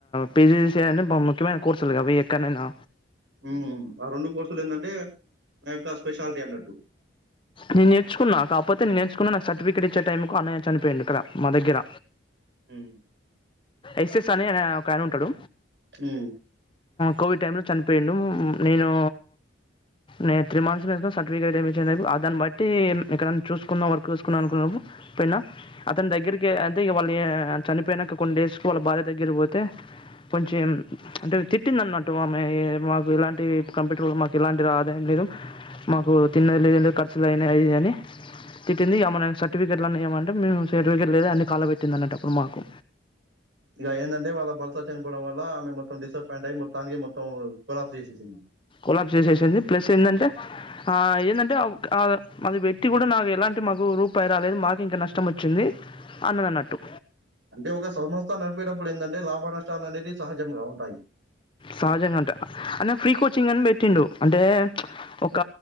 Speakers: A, on the left; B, on the right.
A: పీజీడిసి అని ముఖ్యమైన కోర్సులు ఎక్కనైనా
B: హ్మ్ ఆ రెండు కోర్సులు ఏందంటే దాని యొక్క స్పెషాలిటీ అన్నట్టు
A: నేన్ నేర్చుకున్నా కాకపోతే నేర్చుకున్నా నాకు సర్టిఫికేట్ ఇచ్చే టైంకు అన్నాయ్య చనిపోయిండు కదా మా దగ్గర
B: హ్మ్
A: ఎస్ఎస్ అనే ఒకయన ఉంటడు.
B: హ్మ్
A: కోవిడ్ టైమ్ లో చనిపోయిండు నేను నేను త్రీ మంత్స్ <unintelligible> సర్టిఫికేట్ వచ్చే దాన్ని బట్టి ఎక్కడనా చూసుకున్నాం. వర్క్ చూసుకున్నాం అనుకున్నాము. పోయినా అతని దగ్గరికి అంటే వాళ్ళ చనిపోయినాక కొన్ని డేస్కు వాళ్ళ భార్య దగ్గర పోతే కొంచెం అంటే తిట్టింది అన్నట్టు ఆమె మాకు ఏలాంటి కంప్యూటర్ల మాకు ఏలాంటి ఆదాయం లేదు మాకు తిన్నది లేదు లేక అసలు అయినాయి అని తిటింది ఆమెను నా సర్టిఫికేట్లన్నా ఇయ్యమంటే మేము సెట్ దగ్గర లేదు అన్ని కాలబెట్టింది అనట మాకు
B: ఇక ఏంటంటే వాళ్ళ భర్త చనిపోవడం వల్ల ఆమె మొత్తం డిసప్పాయింట్ అయ్యి మొత్తానికి మొత్తం కొలాప్స్ చేసేసింది
A: ఓలా చేసింది ప్లస్ ఏందంటే ఆ ఏందంటే కాదు అది పెట్టి కూడా నాకు ఎలాంటి మాకు రూపాయి రాలేదు మాకే ఇంకా నష్టం వచ్చింది అన్నడు అన్నట్టు
B: అంటే ఒక సంస్థ నడిపేటప్పుడు ఏందంటే లాభ నష్టాలు అనేటివి సహజంగా ఉంటాయి.
A: సహజంగా అంట అన్న ఫ్రీ కో చ్చింగ్ అని పెట్టిండు అంటే చ్ ఒక